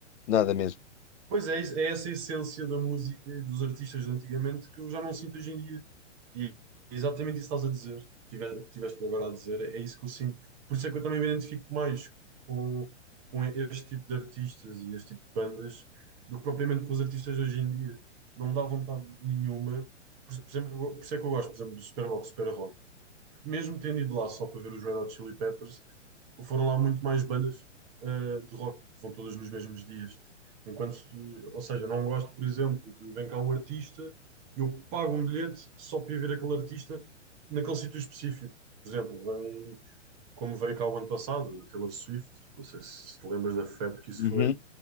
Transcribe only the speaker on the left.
nada mesmo.
Uhum,